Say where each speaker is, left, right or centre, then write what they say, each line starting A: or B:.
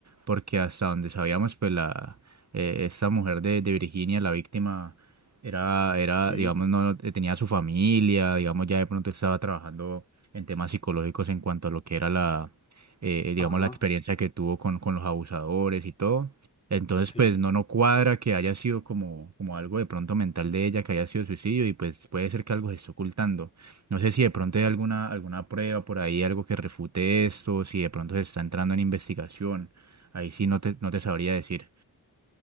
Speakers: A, on the right; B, on the left.
A: porque hasta donde sabíamos, pues, la, eh, esta mujer de, de Virginia, la víctima, era, era,
B: Sí,
A: digamos, no eh, tenía su familia, digamos, ya de pronto estaba trabajando en temas psicológicos en cuanto a lo que era la, eh, digamos,
B: ajá,
A: la experiencia que tuvo con, con los abusadores y todo. Entonces,
B: sí.
A: pues no, no cuadra que haya sido como, como algo de pronto mental de ella, que haya sido suicidio y pues puede ser que algo se esté ocultando. No sé si de pronto hay alguna, alguna prueba por ahí, algo que refute esto, si de pronto se está entrando en investigación. Ahí sí no te, no te sabría decir.